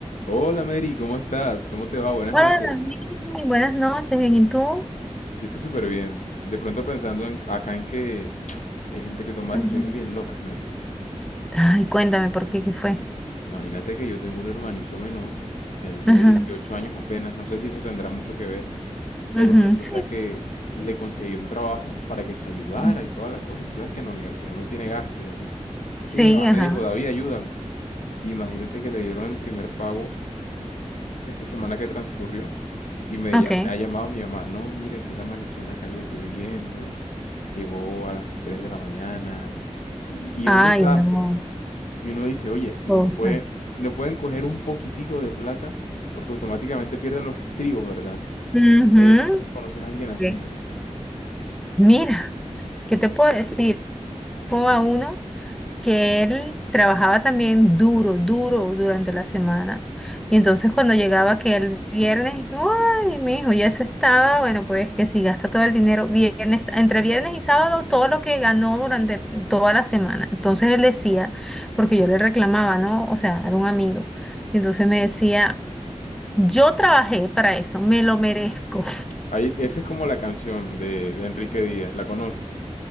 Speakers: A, on the left; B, in the centre.
A: Hola Mary, ¿cómo estás? ¿Cómo te va? Buenas
B: Hola,
A: noches.
B: Dani. Buenas noches, bien, ¿y tú?
A: Yo estoy súper bien. De pronto pensando en, acá en que <tsk> hay gente que toma
B: Ujú.
A: decisiones bien locas, Mary.
B: Ay, cuéntame por qué, qué fue.
A: Imagínate que yo tengo un hermanito menor, él tiene
B: Ajá.
A: 18 años apenas, no sé si eso tendrá mucho que ver, pero
B: ujú,
A: resulta
B: Sí.
A: que le conseguí un trabajo para que se ayudara
B: Ujú.
A: y toda la cosa. Tú sabes que en la universidad uno tiene gastos y así.
B: Sí,
A: Y mi mamá
B: ajá.
A: me dijo, David, ayúdalo. Imagínate que le dieron el primer pago esta semana que transcurrió y me,
B: Ok.
A: lla- me ha llamado mi mamá, no, mira que él amaneció en la calle bebiendo, llegó a las 3 de la mañana y, y
B: Ay,
A: un desastre.
B: no,
A: Y uno dice, oye, no
B: cosas.
A: puede, no pueden coger un poquitico de plata porque automáticamente pierden los estribos, ¿verdad?
B: Ujú.
A: No sé, no sé si conoces a alguien así,
B: Ok.
A: Mary.
B: Mira, ¿qué te puedo decir? Como a uno? que él trabajaba también duro, duro durante la semana. Y entonces cuando llegaba que el viernes, ay, mi hijo, ya se estaba, bueno, pues que si gasta todo el dinero viernes, entre viernes y sábado, todo lo que ganó durante toda la semana. Entonces él decía, porque yo le reclamaba, ¿no? O sea, era un amigo. Y entonces me decía, yo trabajé para eso, me lo merezco.
A: Ahí, esa es como la canción de, de Enrique Díaz, ¿la conoces?